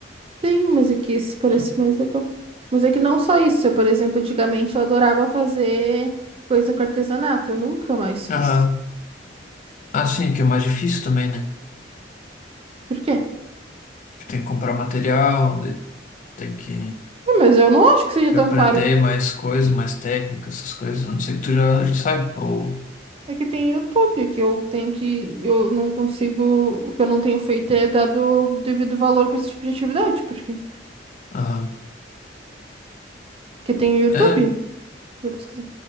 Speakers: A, on the right; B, on the left.
A: tenho, mas é que esse parece
B: Sim.
A: mais legal. Mas é que não só isso, eu, por exemplo, antigamente eu adorava fazer coisa com artesanato, eu nunca mais fiz.
B: Aham. Ah, sim, que é mais difícil também, né?
A: Por quê? É,
B: Que tem que comprar material, daí tem que...
A: mas eu não acho que seja
B: de
A: tão
B: aprender
A: caro.
B: mais coisas, mais técnicas, essas coisas. A não sei que tu já, já sabe. Ou,
A: É que tem YouTube, que eu tenho que. Eu não consigo. O que eu não tenho feito é dado o devido valor para esse tipo de atividade. Porque,
B: aham.
A: porque tem o YouTube.
B: É,
A: Pra pesquisar.